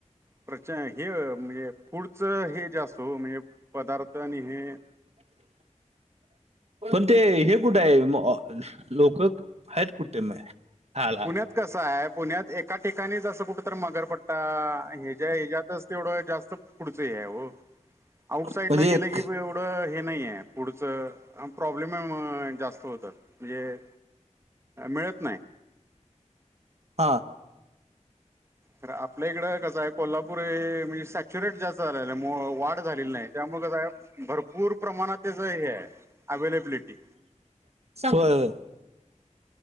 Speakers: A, on the right; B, on the right.
A: प्रच हे म्हणजे फूढचं हे. तो म्हणजे पदार्थ आणि हे.
B: पण ते हे कुठेय लोक आहेत कुठे हाला
A: पुण्यात कसाय पुण्यात एका ठिकाणी जसं कुठ तर मगरपट्टा हेजा <unintelligible> जास्त पुढच हे हाय ओ आउट
B: म्हणजे
A: साईड ला गे
B: एक
A: की. पुढं हे नाहीये पुढचं प्रॉब्लेम जास्त होतात म्हणजे. मिळत नाही
B: हां
A: तर आपल्या इकडं कसं आहे कोल्हापूर हे म्हणजे सॅच्युरेट जास्त झालेलं वाढ झालेली नाही त्यामु का भरपूर प्रमाणात त्याच हे अवेलेब्लेटी.
B: होय.